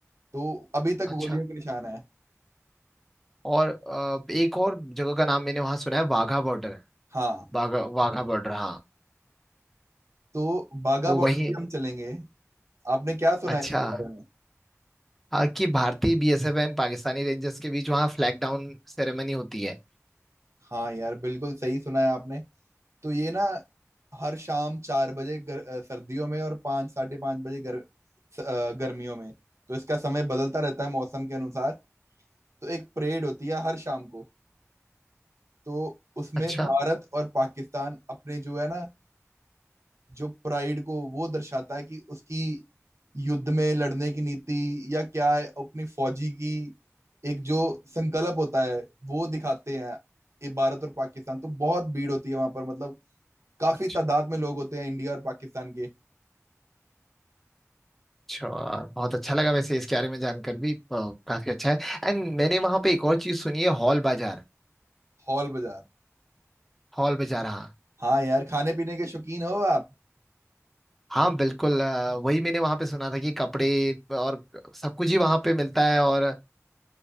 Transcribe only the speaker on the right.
तो अभी तक
गोलियों के निशान है
हाँ
तो बाघा
बॉर्डर
भी हम चलेंगे आपने क्या सुना
है इसके बारे में
हाँ यार बिल्कुल सही सुना है आपने तो ये ना हर शाम चार बजे गर, अ, सर्दियों में और पाँच साढ़े पाँच बजे गर, स- अ, गर्मियों में तो इसका समय बदलता रहता है मौसम के अनुसार तो एक परेड होती है हर शाम को तो उसमें
भारत और पाकिस्तान अपने जो है ना जो प्राइड को वो दर्शाता है कि उसकी युद्ध में लड़ने की नीति या क्या है अपनी फौजी की एक जो संकल्प होता है वो दिखाते हैं ये भारत और पाकिस्तान तो बहुत भीड़ होती है वहां पर मतलब काफी
तादाद में लोग होते हैं इंडिया और पाकिस्तान के
हॉल बाजार
हाँ यार खाने पीने के शौकीन हो आप